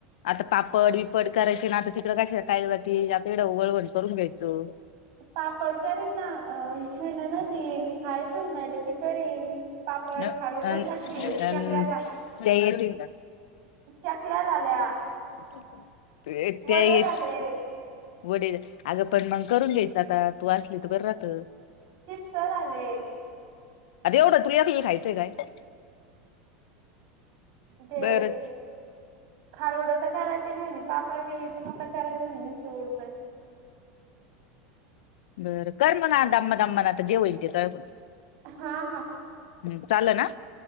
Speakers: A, on the left; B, on the right.
A: आता पापड विपड करायचे ना आता तिकडं कशाला काय जाती आता इकडं वाळवण करून घ्यायचं.
B: पापड करीन ना महिना भर येईन हाय दोन माय, लेकी करीन. पापड,
A: अ
B: खारवड्या
A: अ
B: टाकिन
A: अ
B: ते आपल्याला
A: त्या येतील
B: चकल्या झाल्या.
A: तु एकटी
B: वडे
A: आहेस
B: झाले
A: की? वडे अगं पण मग करून घ्यायच आता तू असली तर बर राहत.
B: चिप्स झाले.
A: आता एवढं तुला ऐकलीला खायचं हाय काय?
B: ते
A: बरं
B: खारवड्या तर करायच नाही पापड बी पापड करायचे म्हटले बी उडदाचे.
A: बरं कर मग आता दमान, दमान आता जे होईल तेे आता कर.
B: हा हा
A: हम्म, चालन आ‌.